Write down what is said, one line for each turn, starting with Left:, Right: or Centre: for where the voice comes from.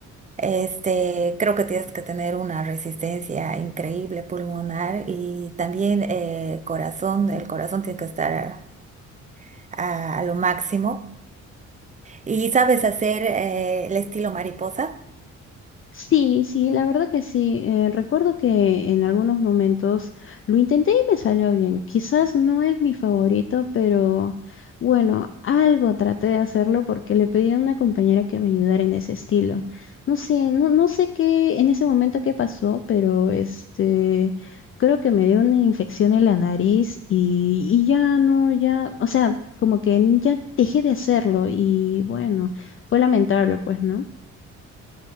Right: Este, creo que tienes que tener una resistencia increíble pulmonar y también eh, corazón. El corazón tiene que estar a, a lo máximo. ¿Y sabes hacer eh, el estilo mariposa?
Left: Sí, sí, la verdad que sí. Eh, recuerdo que en algunos momentos lo intenté y me salió bien. Quizás no es mi favorito, pero bueno, algo traté de hacerlo porque le pedí a una compañera que me ayudara en ese estilo. No sé, no, no sé qué en ese momento qué pasó, pero este, creo que me dio una infección en la nariz y, y ya no, ya, o sea, como que ya dejé de hacerlo y bueno, fue lamentable, pues, ¿no?